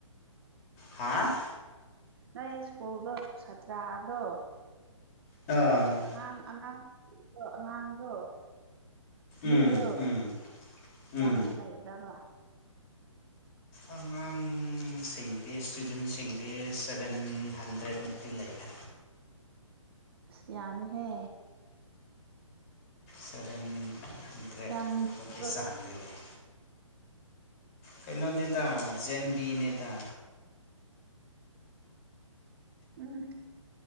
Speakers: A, on the left (about 30°); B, on the right (about 45°).
A: ꯍꯥꯥ
B: ꯅꯪ ꯁ꯭ꯀꯨꯜꯗꯣ ꯁꯥꯇ꯭ꯔꯗꯣ
A: ꯑ
B: ꯑꯉꯥꯡ ꯑꯉꯥꯡꯗꯣ ꯑꯉꯥꯡꯗꯣ ꯃꯤꯗꯣ
A: ꯎꯝ ꯎꯝ
B: ꯀꯌꯥꯃꯨꯛ
A: ꯎꯝ
B: ꯂꯩꯕ꯭ꯔꯕ
A: ꯑꯉꯥꯡꯁꯤꯡꯗꯤ ꯏꯁꯇꯨꯗꯦꯟꯁꯤꯡꯗꯤ ꯁꯚꯦꯟ ꯍꯟꯗ꯭ꯔꯦꯠꯃꯨꯛꯇꯤ ꯂꯩꯌꯦ
B: ꯑꯁ ꯌꯥꯝꯃꯦꯍꯦ
A: ꯁꯚꯦꯟ ꯍꯟꯗ꯭ꯔꯦꯠ
B: ꯌꯥꯝ ꯂꯤꯕ꯭ꯔꯣ?
A: ꯃꯨꯄꯤꯤ ꯆꯥꯡꯗꯤ ꯂꯩ ꯀꯩꯅꯣ ꯅꯦꯇꯥ ꯖꯦꯟꯕꯤ ꯅꯦꯇꯥ
B: ꯎꯝ